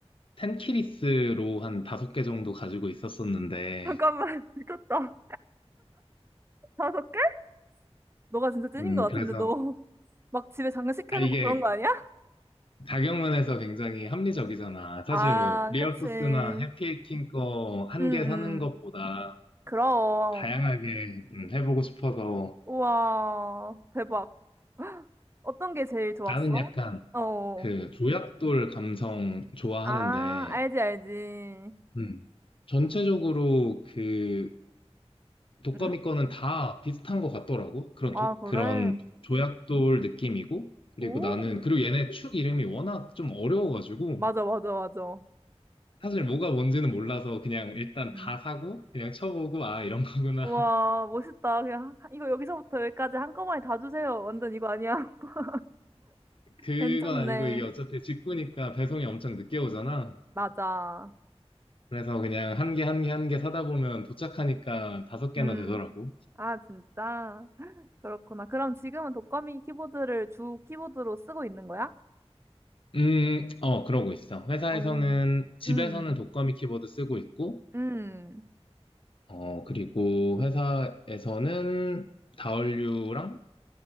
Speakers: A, on the left; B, on the right.
A: 텐키리스로 한 다섯 개 정도 가지고 있었었는데,
B: 잠깐만, <laughs> 미쳤다. 다섯 개? 너가 진짜 찐인
A: 음,
B: 것 같은데
A: 그래서,
B: 너 막 <laughs> 집에 장식해놓고
A: 아, 이게
B: 그런 거 아니야?
A: 가격면에서 굉장히 합리적이잖아. 사실
B: 아,
A: 뭐 리얼토스나
B: 그치. 응,
A: 해피해킹 거 한
B: 응.
A: 개 사는 것보다
B: 그럼.
A: 다양하게 음, 해보고 싶어서
B: 우와, 대박. <gasps> 어떤 게 제일 좋았어?
A: 나는 약간
B: 어. 어.
A: 그 조약돌 감성 좋아하는데
B: 아, 알지, 알지.
A: 음, 전체적으로 그 독거미
B: 응?
A: 거는 다 비슷한 것 같더라고. 그런
B: 아,
A: 도-
B: 그래.
A: 그런 조약돌 느낌이고 그리고
B: 오.
A: 나는 그리고 얘네 축 이름이 워낙 좀 어려워가지고
B: 맞아, 맞아, 맞아.
A: 사실 뭐가 뭔지는 몰라서 그냥 일단
B: 음.
A: 다 사고 그냥 쳐보고 아 이런 거구나
B: 우와, 멋있다. 그냥 하- 이거 여기서부터 여기까지 한꺼번에 다 주세요. 완전 이거 아니야? <laughs>
A: 그건
B: 괜찮네.
A: 아니고 이게 어차피 직구니까 배송이 엄청 늦게 오잖아.
B: 맞아.
A: 그래서 그냥 한 개 한 개 한 개 사다 보면 도착하니까 다섯 개나
B: 음.
A: 되더라고.
B: 아, 진짜? 그렇구나. 그럼 지금은 독거미 키보드를 주 키보드로 쓰고 있는 거야?
A: 음, 어, 그러고 있어. 회사에서는,
B: 어. 음.
A: 집에서는
B: 음.
A: 독거미 키보드 쓰고 있고,
B: 음.
A: 어, 그리고 회사에서는 다얼류랑